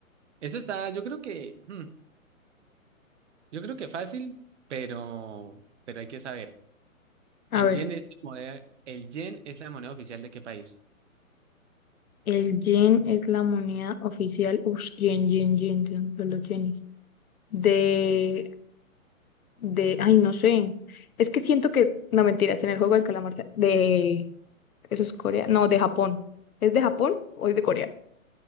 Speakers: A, on the right; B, on the left.
A: Eso está, yo creo que, hmm, yo creo que fácil, pero, pero hay que saber.
B: a
A: El
B: ver,
A: yen es la moneda, el yen es la moneda oficial de qué país,
B: el yen es la moneda oficial, ush, yen, yen, yen, yen, los yenes. De, de, ay, no sé, es que siento que, no mentiras, en el juego del calamar, de... Eso es Corea. No, de Japón. ¿Es de Japón o es de Corea?